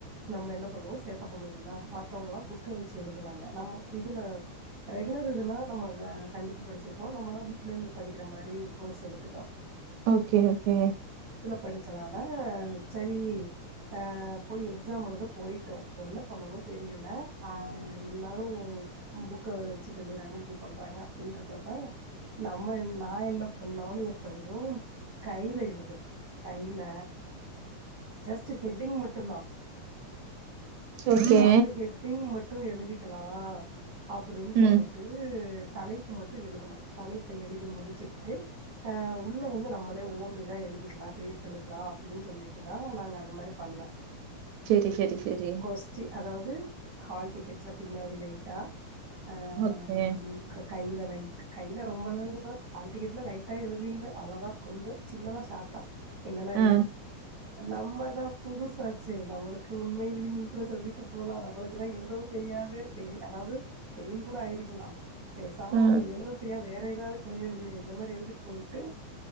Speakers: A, on the right; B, on the right.
A: நம்ம என்ன‌ பண்ணுவோ சேட்ட பண்ணுவோன்ல மத்தவங்ளா புக்க வச்சு எழுதுனாங்க நம்ம இதுல ரெகுலர் இதுனா நம்மோ கண்டிப்பா படிச்சிருபோ நம்ம வீட்லருந்து படிக்கிற மாரி கோர்ஸ் எடுத்துட்டோ
B: ஓகே ஓகே
A: படிச்சனால சரி ஆ போய் எக்ஸாம் எழுத போய்டோ என்ன பண்ணணு தெரியல ஆ இருந்தாலு புக்க வச்சு கொஞ்ச <unintelligible> பன்ராங்கனாப்ப நம்ம என்ன நா என்ன இ நானு எ ஃப்ரெண்டு கைலயி <unintelligible> கைல ஜஸ்டு ஹெட்டிங் மட்டுந் தா
B: ஓகே
A: எதாவுது ஹெட்டிங் மட் டு எழுதிக்கலா அப்டின் சொல்லிட்டு
B: ம்
A: தலைப்பு மட்டு எழுதணு தலைப்ப எழுதி முடிச்சுட்டு ஆ உள்ள வந்து நா நம்மளே ஓண் இதா எழுதி கிளா கிரியேட் பண்ணிக்குலா அப்டின் சொல்லிட்டுதா நாங்க அந்த மாரி பண்ல
B: செரி செரி செரி
A: கொஸ்டி அதாவது ஹால் டிக்கெட்ல பின்னாடி லைட்டா ஆ
B: ஓகே
A: ன்க் கைல நைட்டு கைல ரொம்பலா இல்ல தா ஹால் டிக்கெட்ல லைட்டா எழுதிருந்தே அவ்ளோதா கொஞ்சோ சின்னதா ஷாட்டா என்னன்னா என்னனு
B: ஆ
A: நம்மதா‌ புதுசா செரி நம்மளுக்கு உண்மையில் விரும்மின் கூட சொல்லிட்டு போலா நமளுக்குதா எழுதவு தெரியாது சேரி அதாவது செயல் கூட ஆயிரி த்துலா பேசாம
B: ஆ
A: எழுத தெரியா வேற எத் தது கதையா எழுதுங்க இந்த மாரி எழுதுட்டு போயிட்டு